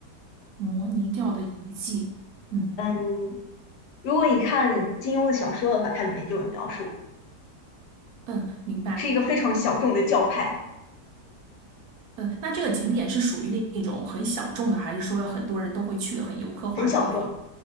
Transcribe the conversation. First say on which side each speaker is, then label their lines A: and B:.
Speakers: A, on the right; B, on the left.
A: 摩尼教的遗迹。嗯
B: 嗯，如果你看金庸的小说的话，它里面就有描述，
A: 嗯，明白。
B: 是一个非常小众的教派。
A: 嗯，那这个景点是属于那那种很小众的，还是说很多人都会去的很游客化的地方？
B: 很小众，